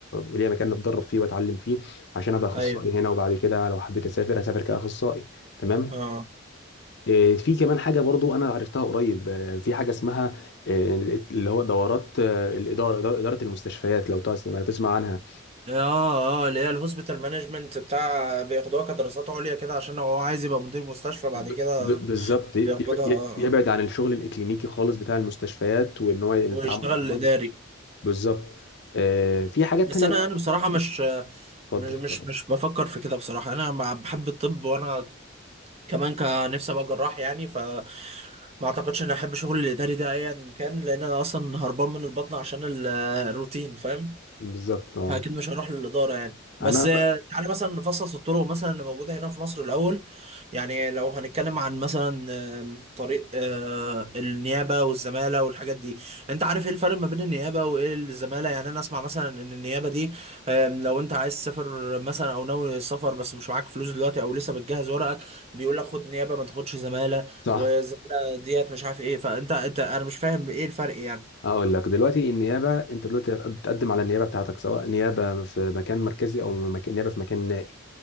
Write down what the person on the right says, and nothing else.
ايوه
اه
اه اه اللي هي الهوسبيتال مانجمنت بتاع بياخدوها كدراسات عليا كده عشان هو عايز يبقى مدير مستشفى بعد
كده
بياخدها
اه
اه
ويشتغل
اداري
بس
انا
يعني بصراحه مش
مش مش
مش بفكر في كده بصراحه انا مع- بحب الطب وانا كمان كان نفسي ابقى جراح يعني ف ما اعتقدش اني احب شغل الاداري ده ايا كان لان انا اصلا هربان من البطن عشان ال- الروتين فاهم
فاكيد مش هروح للاداره يعني بس
مم. آه، تعالى مثلا نفصص الطرق مثلا اللي موجوده هنا في مصر الاول يعني لو هنتكلم عن مثلا آم، طريق آه، النيابه والزماله والحاجات دي انت عارف ايه الفرق ما بين النيابه وايه الزماله يعني انا اسمع مثلا ان النيابه دي آم، لو انت عايز تسافر مثلا او ناوي السفر بس مش معاك فلوس دلوقتي او لسه بتجهز ورقك بيقول لك خد نيابه ما تاخدش زماله
والزماله ديت مش عارف ايه فانت انت انا مش فاهم ايه الفرق يعني